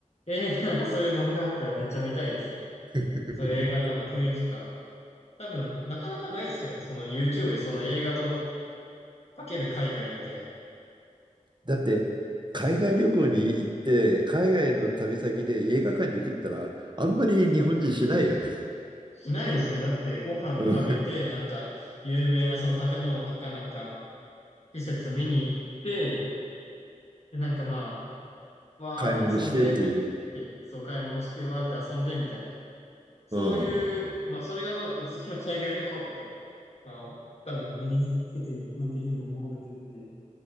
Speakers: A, on the left; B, on the right.
A: えー、なんかそういう動画あったらめっちゃ見たいですね。
B: <laughs>
A: そういう映画館の雰囲気とか。多分、なかなかないですよね。その YouTube でその映画とかける海外みたいな。
B: だって、海外旅行に行って、海外の旅先で映画館に行くったら、あんまり日本人しないよね。
A: しないですね。だってご飯食べて、
B: うん
A: なんか有名なその建物とかなんか施設見に行って、で、なんかま
B: <laughs>
A: あ、わーって遊んでっ
B: 買い物してっていう。
A: て、そう買い物してわーって遊んでみたいな。そういう、
B: うん。
A: まあそれがまあ普通の海外旅行だと、まあ多分身につけて一般的に思われてるんで、